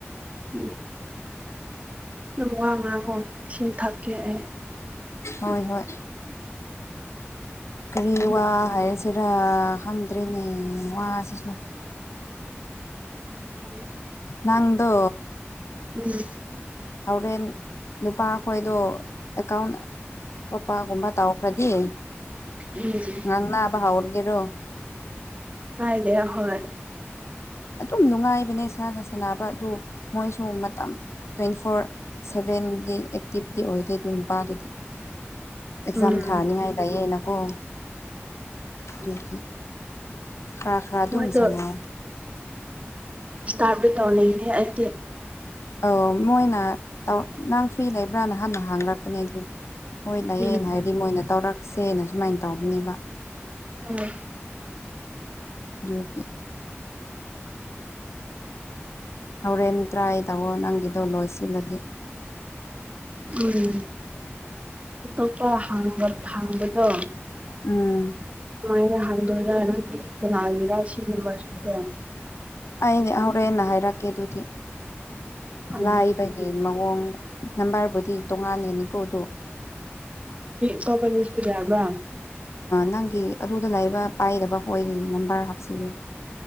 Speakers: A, on the right; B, on the left.
A: ꯎꯝ ꯑꯗꯨꯪ ꯋꯥ ꯉꯥꯡꯉꯣ ꯏꯁꯤꯡ ꯊꯛꯀꯦ ꯑꯩ
B: ꯍꯣꯏ ꯍꯣꯏ ꯀꯔꯤ
A: ꯎꯝ
B: ꯋꯥ ꯍꯥꯏꯔꯁꯤꯔꯥ ꯈꯪꯗ꯭ꯔꯔꯤꯅꯦ ꯋꯥꯁꯤꯁꯨ
A: <inaudible>
B: ꯅꯪꯗꯣ
A: ꯎꯝ
B: ꯍꯣꯔꯦꯟ ꯅꯨꯄꯥꯈꯣꯏꯗꯣ ꯑꯦꯀꯥꯎꯟ ꯇꯣꯞꯄꯥꯒꯨꯝꯕ ꯇꯥꯎꯈ꯭ꯔꯗꯤ
A: ꯎꯝ
B: ꯉꯥꯡ ꯅꯥꯕ ꯍꯧꯥꯎꯔꯒꯦꯔꯣ
A: ꯍꯥꯏꯗꯦ ꯍꯣꯏ
B: ꯑꯗꯨꯝ ꯅꯨꯡꯉꯥꯏꯕꯅꯦ ꯏꯁꯥꯅ ꯁꯥꯟꯅꯕ ꯑꯗꯨ ꯃꯣꯏꯁꯨ ꯃꯇꯝ ꯇ꯭ꯋꯦꯟꯇꯤ ꯐꯣꯔ ꯁꯚꯦꯟꯒꯤ ꯑꯦꯛꯇꯤꯞꯇꯤ ꯑꯣꯏꯗꯦ ꯑꯗꯨ ꯅꯨꯄꯥꯗꯨꯗꯤ ꯑꯦꯛꯖꯥꯝ
A: ꯎꯝ
B: ꯊꯥꯅꯤꯡꯉꯥꯏꯗꯌꯦꯅꯀꯣ ꯎꯝ ꯈꯔ ꯈꯔ ꯑꯗꯨꯝ
A: ꯃꯣꯏꯗꯣ
B: ꯁꯅ
A: ꯑꯥꯗ ꯇꯧꯅꯤꯡꯗꯦ ꯑꯩꯗꯤ
B: ꯑꯧ ꯃꯣꯏꯅ ꯅꯪ ꯐ꯭ꯔꯤ ꯂꯩꯕ꯭ꯔꯥꯅ ꯍꯥꯟꯅ ꯍꯥꯡꯅꯛꯄꯅꯦ ꯑꯗꯨ ꯍꯣꯏ ꯂꯩꯥꯛꯑꯦꯅ
A: ꯎꯝ
B: ꯍꯥꯏꯗꯤ ꯃꯣꯏꯅ ꯇꯧꯔꯛꯁꯦꯅ ꯁꯨꯃꯥꯏꯅ ꯇꯧꯕꯅꯦꯕ
A: ꯎꯝ
B: <inaudible> ꯍꯣꯔꯦꯟ ꯇ꯭ꯔꯥꯏ ꯇꯧꯑꯣ ꯅꯪꯒꯤꯗꯣ ꯂꯣꯏꯁꯤꯜꯂꯗꯤ
A: ꯎꯝ ꯑꯇꯣꯞꯄ ꯍꯥꯡꯕ ꯍꯥꯡꯕꯗꯣ
B: ꯎꯝ
A: ꯀꯃꯥꯏꯅ ꯍꯟꯗꯣꯏꯔ ꯅꯪꯒꯤ ꯀꯅꯥꯒꯤꯔ ꯁꯤꯒꯨꯝꯕꯁꯦ
B: ꯑꯩꯅꯦ ꯇꯥꯛꯀꯦ ꯑꯗꯨꯗꯤ
A: ꯎꯝ
B: ꯉꯥꯏꯕꯒꯤ ꯃꯑꯣꯡ ꯅꯝꯕꯔꯕꯨꯗꯤ ꯇꯣꯉꯥꯟꯒꯅꯤꯀꯣ ꯑꯗꯨ
A: ꯀꯈ ꯏꯁꯨ ꯌꯥꯕ꯭ꯔ
B: ꯅꯪꯒꯤ ꯑꯗꯨꯗ ꯂꯕ ꯄꯥꯏꯗꯕ ꯍꯣꯏꯒꯤ ꯅꯝꯕꯔ ꯍꯥꯞꯆꯜꯂꯨ